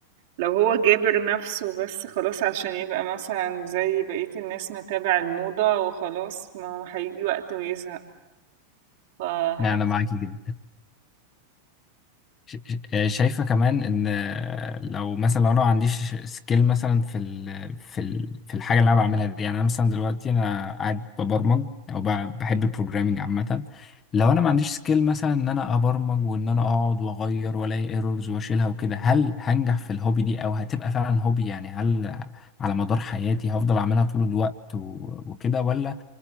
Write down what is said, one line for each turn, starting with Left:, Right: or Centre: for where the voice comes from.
Right: لو هو جابر نفسه بس خلاص عشان يبقى مثلا زي بقية الناس متابع الموضة وخلاص ما هو هيجي وقت ويزهق فحس
Left: يعني انا معاكي جدا ش- ش- آه، شايفة كمان ان لو مثلا لو انا ما عنديش سكيل مثلا في ال في ال في الحاجة اللي انا بعملها دي يعني انا مثلا دلوقتي انا قاعد ببرمج او ب- بحب البروجرامينج عامة لو انا ما عنديش سكيل مثلا ان انا ابرمج وان انا اقعد واغير والاقي ايرورز واشيلها وكده هل هنجح في الهوبي دي او هتبقى فعلا هوبي يعني هل على مدار حياتي هفضل اعملها طول الوقت و- وكده ولا